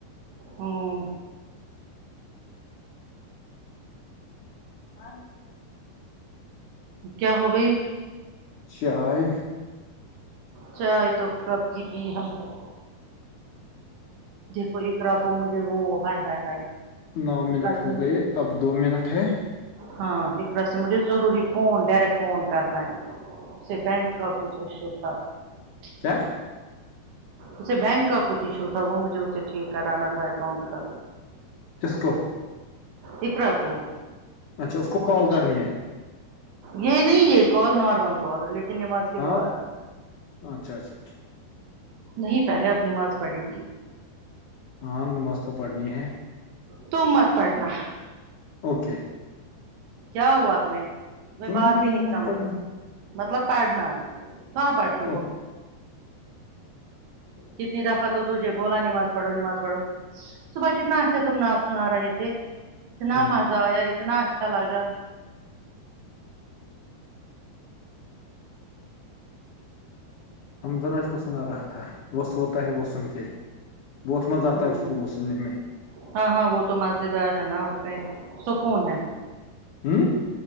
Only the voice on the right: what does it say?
ہوں
کیا ہوگئی
چائے تو کپ کی پی ہم نے دیکھو اقرا کو مجھے وہ ہائے ہائے ہائے
اقرا سے
ہاں ایک طرح سے مجھے ضروری فون ڈائریکٹ فون کرنا ہے اسے بینک کا کچھ ایشو تھا پچ ہ
اسے بینک کا کچھ ایشو تھا وہ م جو اسے ٹھیک کرانا تھا اکاؤنٹ کا
اقرا کو
وہ
بچ
یہ نہیں یہ کال نارمل کال لیکن نماز کے
بعد
نہیں پہلے اب نماز پڑھیں گی
تم مت پڑھنا
کیا ہوا تمہیں میں
بات
بھی نہیں سمجھ
مطلب پڑھنا کہاں پڑھتی
ہو کتنی دفعہ تو تجھے بولا نماز پڑھو نماز پڑھو صبح کتنا اچھا تم نعت سنا رہے تھے اتنا
مزہ آیا اتنا اچھا لگا
ہوں
ہاں ہاں وہ تو مزیدار ہے نا اس میں سکون ہے